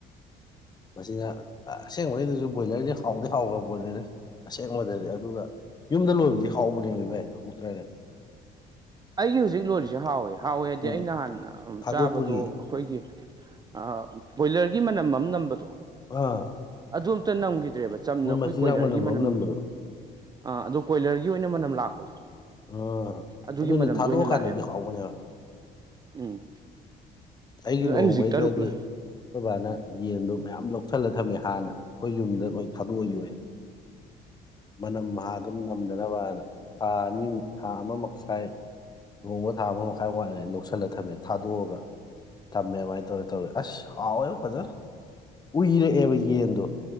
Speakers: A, on the left; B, on the right.
A: ꯃꯁꯤꯅ ꯑꯁꯦꯡꯕꯩꯩꯅꯁꯨ ꯕꯣꯏꯂꯔꯁꯦ ꯍꯥꯎꯗꯤ ꯍꯥꯎꯈ꯭ꯔꯕ ꯕꯣꯏꯂꯔꯁꯦ꯫ ꯑꯁꯦꯡꯕꯗꯗꯤ ꯑꯗꯨꯒ ꯌꯨꯝꯗ ꯂꯣꯏꯕꯗꯤ ꯍꯥꯎꯕꯅꯦꯕ ꯏꯚꯥꯏ ꯍꯥꯎꯇ꯭ꯔꯥꯅꯦ
B: ꯑꯩꯒꯤ ꯍꯧꯖꯤꯛ ꯂꯣꯟꯔꯤꯁꯦ ꯍꯥꯎꯋꯦ ꯍꯥꯎꯋꯦ ꯍꯥꯏꯗꯤ
A: ꯎꯝ
B: ꯑꯩꯅꯍꯥꯟ
A: ꯊꯥꯗꯣꯛꯄꯒꯤ
B: ꯆꯥꯕꯗꯣ ꯑꯩꯈꯣꯏꯒꯤ ꯑꯥ ꯕꯣꯏꯂꯔꯒꯤ ꯃꯅꯝ ꯑꯃ ꯅꯝꯕꯗꯣ
A: ꯑꯥ
B: ꯑꯗꯨꯝꯇ ꯅꯝꯈꯤꯗ꯭ꯔꯦꯕ ꯆꯝꯅ
A: ꯃꯣꯏ
B: ꯑꯩꯈꯣꯏ
A: ꯃꯆꯤꯟꯖꯥꯛ
B: ꯀꯣꯏꯂꯔꯒꯤ
A: ꯑꯃ
B: ꯃꯅꯝ
A: ꯅꯝꯕꯗꯣ
B: ꯑꯥ ꯑꯗꯣ ꯀꯣꯏꯂꯔꯒꯤ ꯑꯣꯏꯅ ꯃꯅꯝ ꯂꯥꯛꯄꯗꯣ
A: ꯑꯥ
B: ꯑꯗꯨꯒꯤ
A: ꯑꯗꯨꯅ
B: ꯃꯅꯝꯗꯣ
A: ꯊꯥꯗꯣꯛ
B: ꯑꯣꯏꯅ
A: ꯑꯀꯥꯟꯗꯗꯤ
B: ꯂꯥꯛꯑꯦꯕ
A: ꯍꯥꯎꯕꯅꯦꯕ
B: ꯎꯝ
A: ꯫ ꯑꯩꯒꯤ
B: ꯑꯗꯣ
A: ꯂꯨꯍꯣꯡꯕꯩꯗꯗꯤ
B: ꯑꯩ ꯍꯧꯖꯤꯛ ꯇꯔꯨꯛ ꯂꯩ
A: ꯑꯩꯈꯣꯏ ꯕꯥꯅ ꯌꯦꯟꯗꯣ ꯃꯌꯥꯝ ꯂꯧꯁꯜꯂ ꯊꯝꯃꯦ ꯍꯥꯟꯅ ꯑꯩꯈꯣꯏ ꯌꯨꯝꯗ ꯂꯣꯏ ꯊꯥꯗꯣꯛꯑ ꯌꯣꯛꯑꯦ ꯃꯅꯝ ꯍꯥꯗꯨꯅ ꯅꯝꯗꯅꯕꯅ ꯊꯥ ꯑꯅꯤꯃꯛ ꯊꯥ ꯑꯃ ꯃꯈꯥꯏ ꯂꯨꯍꯣꯡꯕ ꯊꯥ ꯑꯃ ꯃꯈꯥꯏ ꯋꯥꯏꯂꯤ ꯂꯧꯁꯤꯜꯂꯒ ꯊꯝꯃꯦ ꯊꯥꯗꯣꯛꯑꯒ ꯊꯝꯃꯦ ꯃꯥꯥꯏ ꯇꯧꯔꯥ ꯇꯧꯔꯥ ꯑꯁ ꯍꯥꯎꯌ‌ꯦꯕ‌ꫭ ꯐꯖꯅ ꯎꯏꯔꯛꯑꯦꯕ ꯌꯦꯟꯗꯣ꯫